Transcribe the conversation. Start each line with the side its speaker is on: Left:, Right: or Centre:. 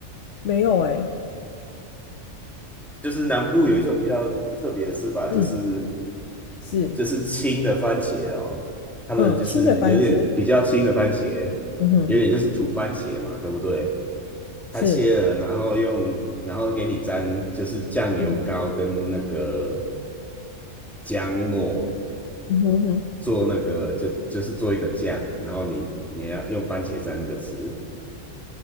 Left: 没有哎、
Centre: 就是南部有一种比较特别的吃法，
Left: 嗯嗯，
Centre: 就是
Left: 是，
Centre: 就是青的番茄哦，他们就是有点比较青的番茄，
Left: 嗯，青的番茄，嗯哼，
Centre: 有点就是土番茄嘛，对不对？它切了，
Left: 是，
Centre: 然后用，然后给你沾，就是酱油膏跟那个
Left: 嗯
Centre: 姜末
Left: 嗯哼嗯哼
Centre: 做那个，就就是做一个酱，然后你你要用番茄蘸那个吃，